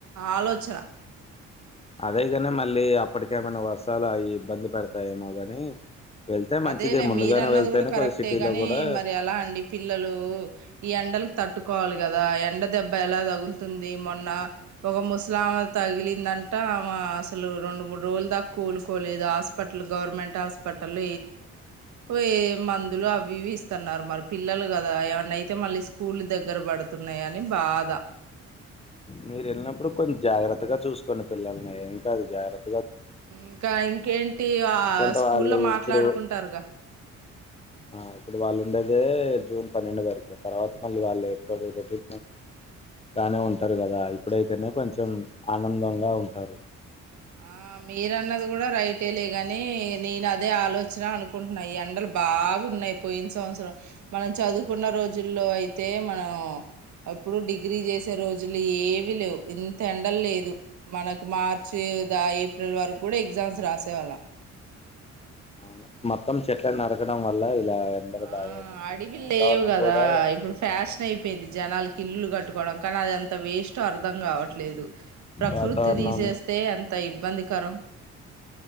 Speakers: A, on the right (about 70°); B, on the left (about 20°).
A: ఆలోచన
B: అదేగాని మళ్ళీ అప్పటికేమైనా వర్షాలు అవి ఇబ్బంది పెడతాయేమో గాని వెళ్తే మంచిదే
A: అదేలే
B: ముందుగానే
A: మీరు అన్నది
B: వెళ్తేనే
A: కూడా కరెక్టే
B: కొద్ది సిటీలో
A: గాని
B: కూడా
A: మరి ఎలా అండి పిల్లలు ఈ ఎండలు తట్టుకోవాలి కదా ఎండ దెబ్బ ఎలా తగులుతుంది మొన్న ఒక ముస్లాం తగిలిందంటా అసలు రెండు మూడు రోజుల దాకా కూలుకోలేదు హాస్పిటల్ గవర్నమెంట్ హాస్పిటల్ పోయ మందులు అవి ఇస్తున్నారు మరి పిల్లలు కదా ఏవన్న అయితే మళ్ళీ స్కూల్ దగ్గర పడుతున్నాయ అని బాధ
B: మీరు వెళ్ళినప్పుడు కొంచెం జాగ్రత్తగా చూసుకోండి పిల్లల్ని ఇంకాదు జాగ్రత్త
A: ఇంకా ఇంకేంటి ఆ
B: ఎందుకంటే
A: స్కూల్లో
B: వాళ్ళు
A: మాట్లాడుకుంటారుగా
B: ఇప్పుడు ఆ ఇప్పుడు వాళ్ళు ఉండేదే జూన్ పన్నెండు వరకు తర్వాత మళ్ళీ వాళ్ళు ఎక్కడటి నే ఉంటారు కదా ఇప్పుడైతేనే కొంచెం ఆనందంగా ఉంటారు
A: ఆ మీరన్నది కూడా రైటే లే గాని నేను అదే ఆలోచన అనుకుంటున్నా ఈ ఎండలు బాగున్నాయి పోయిన సంవత్సరం మనం చదువుకున్న రోజుల్లో అయితే మనం ఎప్పుడు డిగ్రీ చేసే రోజులు ఏవిీ లేవు ఇంత ఎండలు లేదు మనకి మార్చి ా ఏప్రిల్ వరకు కూడా ఎగ్జామ్స్ రాసేవాళ్ళం
B: అవును మొత్తం చెట్ల నరకడం వల్ల ఇలా ఎండలు
A: ఆ
B: బాగా కొడుతున్నాయి
A: అడవి
B: వాతావరణం
A: లేవు కదా
B: కూడా
A: ఇప్పుడు ఫ్యాషన్ అయిపోయింది జనాలకి ఇల్లులు కట్టు ట్కోవడం కానీ అదింత వేస్ట్ అం కాట్లేదు ప్రక
B: వాతావరణం
A: తీ అంత ఇబ్బంది కం